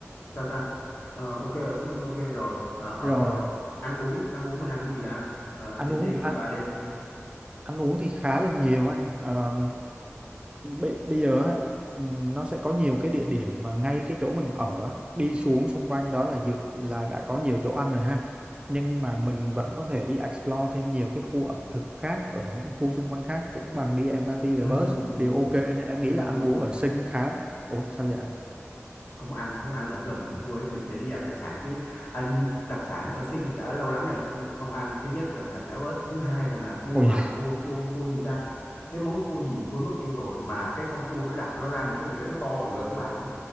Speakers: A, on the left; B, on the right.
A: sao ta Ờ, ok ở sinh ok rồi Ờ, ở
B: rồi
A: rồi ăn uống ăn uống mình ăn cái gì ta Ờ,
B: ăn
A: tính
B: uống
A: đi
B: ăn,
A: ba đêm
B: ăn uống thì khá là nhiều anh Ờ, bây bây giờ á, ừm, nó sẽ có nhiều cái địa điểm mà ngay cái chỗ mình ở á, đi xuống xung quanh đó là dự là đã có nhiều chỗ ăn rồi ha nhưng mà mình vẫn có thể đi explore thêm nhiều cái khu ẩm thực khác ở những khu xung quanh khác cũng bằng đi MRT về
A: no
B: bus
A: no no no
B: đều
A: no
B: ok nên em
A: no
B: nghĩ
A: no
B: là ăn
A: no
B: uống
A: no
B: ở Sing khá Ủa sao vậy anh?
A: không ăn không ăn ở gần khu ấy mình phải đi ăn đặc sản chứ anh đặc sản ở sinh đã lâu lắm rồi không không ăn thứ nhất rằng là cháo ếch thứ hai rằng là cua
B: Ôi
A: hòa
B: dạ.
A: cua cua cua gì ta cái món cua gì quên mất tiêu rồi mà cái con cua nó đặt nó ra một cái đĩa nó to bằng gần cái bàn á